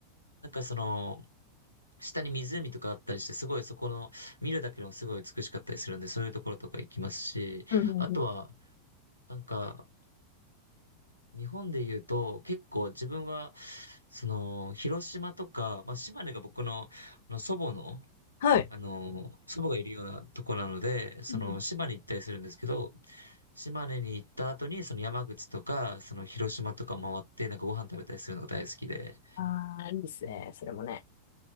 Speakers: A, on the right (about 90°); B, on the left (about 60°).
A: なんかその、下に湖とかあったりして、すごいそこの、見るだけでもすごい美しかったりするんで、そういうところとか行きますし、
B: うんうんうん
A: あとは、なんか、日本で言うと、結構自分は、その、広島とか、まあ、島根が僕の、あの祖母の、
B: はい。
A: あの、祖母がいるようなとこなので、その、
B: うん
A: 島根行ったりするんですけど、島根に行った後に、その山口とか、その広島とか回って、なんかご飯食べたりするのが大好きで、
B: ああ、いいですね。それもね。